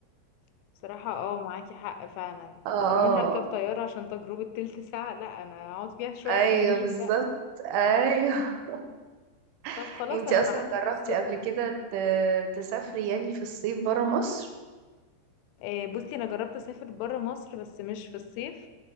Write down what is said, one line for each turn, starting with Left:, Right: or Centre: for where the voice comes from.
Left: <laughs> بصراحة اه معاكي حق فعلا
Right: اه
Left: وكمان هركب طيارة عشان تجربة تلت ساعة لا انا اقعد فيها <laughs> شوية
Right: ايوه
Left: حلوين
Right: بالظبط
Left: بقى
Right: ايوه
Left: طب
Right: <laughs>
Left: خلاص
Right: انتي
Left: انا
Right: اصلا
Left: معاكي
Right: جربتي
Left: في السخنة
Right: قبل كده ت- تسافري يعني في الصيف برا مصر
Left: آه، بصي انا جربت اسافر برا مصر بس مش في الصيف